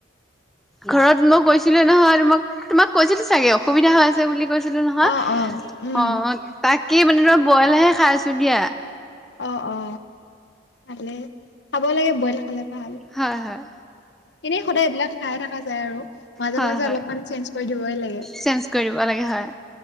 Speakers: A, in the centre; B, on the left (about 70°).
A: ঘৰত মই কৈছিলো নহয় মাক তোমাক কৈছিলো চাগে অসুবিধা হৈ আছে বুলি কৈছিল ছিলো নহয়
B: অ অ উম
A: অ তাকে মানে তই বইলহে খাই আছো দিয়া।
B: অ অ ভালে খাব লাগে বইল খালে ভাল
A: হয় হয়।
B: এনেই সদায় এইবিলাক খাইয়ে থাকা যায় আৰু মাজে
A: হয়,
B: মাজে
A: হয়,
B: অলপমান চেঞ্জ কৰি দিবই লাগে
A: চেঞ্জ কৰি দিব লাগে হয়,